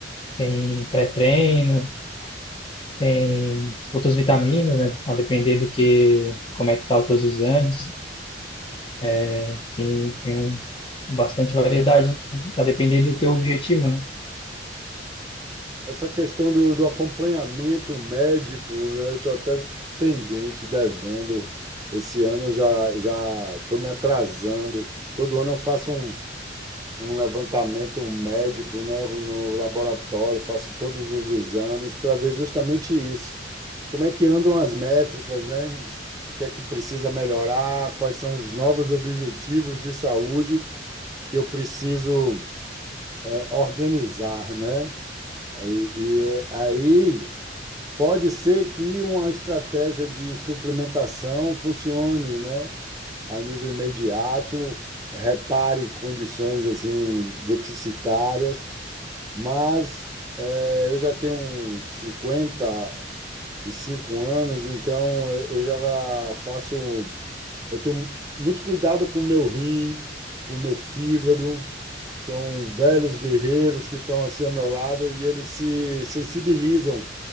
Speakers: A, on the left; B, on the right.
A: tem pré-treino, tem outras vitaminas, né? A depender do que, como é que tá os teus exames. É, tem tem um, bastante variedade, a depender do teu objetivo, né?
B: Essa questão do, do acompanhamento médico, né? Eu estou até pendente, devendo. Esse ano eu já já estou me atrasando. Todo ano eu faço um um levantamento médico, né, no laboratório, faço todos os exames para ver justamente isso. Como é que andam as métricas, né? O que é que precisa melhorar? Quais são os novos objetivos de saúde que eu preciso eh, organizar, né? E, e eh, aí pode ser que uma estratégia de suplementação funcione, né? A nível imediato, repare condições assim deficitárias mas eh, eu já tenho uns cinquenta e cinco anos, então eu, eu já faço. Eu tenho muito cuidado com o meu rim, com o meu fígado. São velhos guerreiros que estão assim ao meu lado e eles se sensibilizam